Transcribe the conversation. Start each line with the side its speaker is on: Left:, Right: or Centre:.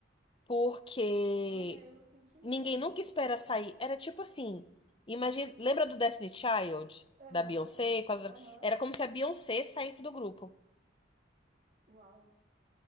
Left: Porque
Right: Olha, eu não senti nada.
Left: ninguém nunca espera sair. Era tipo assim. Imagina, lembra do Destiny Child?
Right: Aham,
Left: Da Beyoncé? com as-
Right: aham,
Left: Era como se a Beyoncé saísse do grupo.
Right: uau.